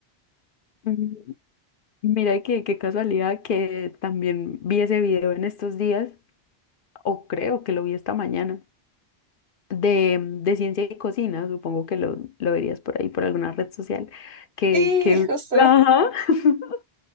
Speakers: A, on the left; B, on the right.
A: Mm, Mira que qué casualidad que también vi ese video en estos días, o creo que lo vi esta mañana, de, mm, de ciencia y cocina, supongo que lo, lo verías por ahí, por alguna red social, que,
B: Sí,
A: que,
B: <laughs> justo.
A: Ajá. <laughs>